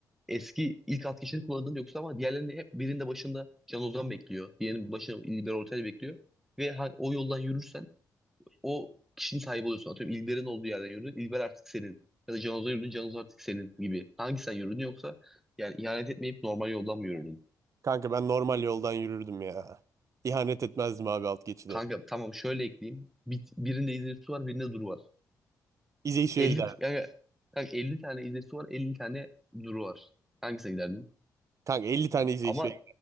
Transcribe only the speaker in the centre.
eski ilk alt geçitini kullandın yoksa ama diğerlerini hep birinde başında Can Ozan bekliyor. Diğerinin başında İlber Ortaylı bekliyor. Ve ha- o yoldan yürürsen o kişinin sahibi oluyorsun. Atıyorum İlber'in olduğu yerden yürü. İlber artık senin. Ya da Canoz'a yürüdün. Canoz artık senin gibi. Hangi sen yürüdün yoksa yani ihanet etmeyip normal yoldan mı yürüdün?
Kanka tamam şöyle ekleyeyim. Bir, birinde izleyicisi var birinde duru var.
50
t- yani, kanka 50 tane izleyicisi var 50 tane duru var. Hangisine giderdin?
Ama